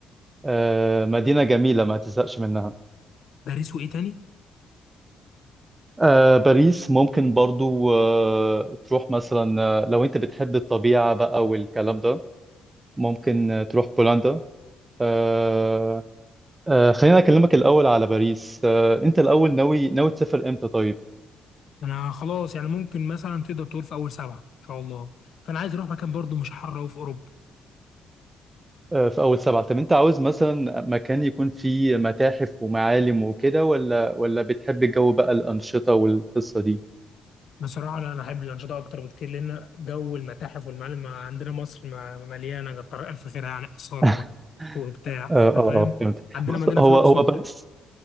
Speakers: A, on the right; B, on the left.
A: آه مدينه جميله ما تزهقش منها
B: باريس وايه تاني
A: آه باريس ممكن برضو آه تروح مثلا آه، لو انت بتحب الطبيعة بقى والكلام ده ممكن آه، تروح بولندا آه آه خلينا اكلمك الاول على باريس آه انت الاول ناوي ناوي تسافر امتى طيب
B: انا خلاص يعني ممكن مثلا تقدر تقول في اول سبعه ان شاء الله فانا عايز اروح مكان برضو مش حر وفي اوروبا
A: آه في اول سبعة طب انت عاوز مثلا مكان يكون فيه متاحف ومعالم وكده ولا ولا بتحب الجو بقى الأنشطة والقصة دي
B: بصراحة لا أنا أحب الأنشطة أكتر بكتير لأن جو المتاحف والمعالم عندنا مصر ما- مليانة كتر ألف خير يعني آثار
A: <laughs>
B: و- وبتاع
A: اه
B: أنت
A: اه
B: فاهم؟
A: اه فهمت
B: عندنا
A: بص
B: مدينة
A: هو
B: في الأقصر
A: هو باريس